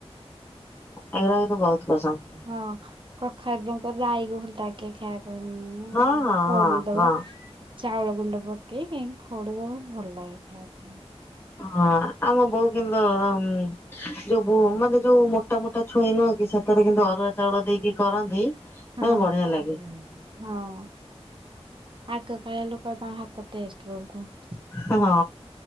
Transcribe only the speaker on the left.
ଏଗୁରା କିନ୍ତୁ ବହୁତ ପସନ୍ଦ।
ହଁ ହଁ ହଁ ହଁ
ହଁ ଆମ ବୋଉ କିନ୍ତୁ ଆ ମୁଁ ଯୋଉ ମାନେ ଯୋଉ ମୋଟା ମୋଟା ଛୁଇଁ ନୁହଁ କି ସେପଟେ କିନ୍ତୁ ଅରୁଆ ଚାଉଳ ଦେଇକି କରନ୍ତି।
ବଢିଆ
ଲାଗେ
ହଁ